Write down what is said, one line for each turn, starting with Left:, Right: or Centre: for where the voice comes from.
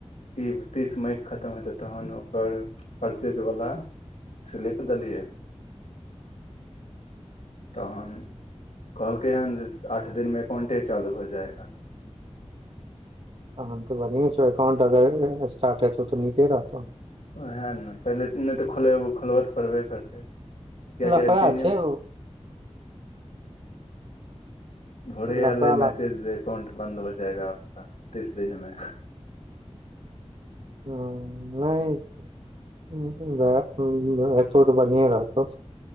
Left: ई तीस मई के खतम हेतै तहन ओकर परचेज वला स्लिप देलियै तहन कहलकै हन जे आठ दिनमे अकाउंटे चालू हो जाएगा
Right: तहन तऽ बढ़ियें छौ अकाउंट अगर स्टार्ट हेतौ तऽ नीके रहतौ
Left: ओएह नऽ पहिले नहि तऽ खोलेब खोलबऽ तऽ पड़बे करतै कियाकि
Right: लफड़ा
Left: आइ दिने
Right: छै ओ
Left: भौड़े आयल
Right: लफड़ा
Left: रेहै मैसेज
Right: ला
Left: एकाउंट बन्द हो जाएगा आपका तीस दिनमे
Right: हू नहि एतो तऽ बढ़िए रहतौ